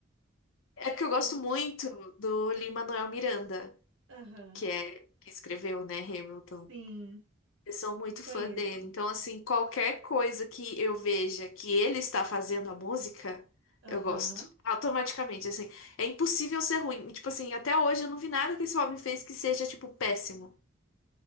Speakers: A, on the left; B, on the right.
A: É porque eu gosto
B: o-
A: muito do Lin-Manuel Miranda.
B: aham.
A: que é que escreveu, né, Hamilton.
B: Sim,
A: Eu sou muito
B: conheço.
A: fã dele. Então, assim, qualquer coisa que eu veja que ele está fazendo a música,
B: Aham.
A: eu gosto. Automaticamente, assim. É impossível ser ruim. E, Tipo assim, até hoje eu não vi nada que esse homem fez que seja, tipo, péssimo.